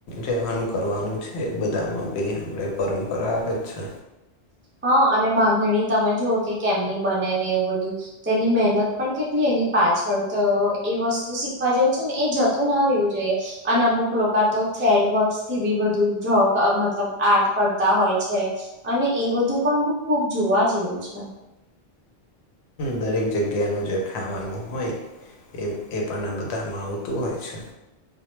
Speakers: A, on the left; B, on the right.
A: રેવાનું કરવાનું છે એ બધામાં બી આપડે પરંપરા આવે જ છે.
B: હા, અને બાંધણી તમે જુઓ કે કેમની બને ને એવું બધું. તો એની મહેનત પણ કેટલી એની પાછળ તો એ વસ્તુ શીખવા જેવું છે ને એ જતું ના રહેવું જોઈએ. અને અમુક લોકો તો થ્રેડ વર્કસથી બી બધું ડ્રો અ મતલબ આર્ટ કરતા હોય છે. અને એ બધું પણ ખુબ જોવા જેવું છે.
A: દરેક જગ્યાનું જે ખાવાનું હોય... એ પણ આ બધામાં આવતું હોય છે.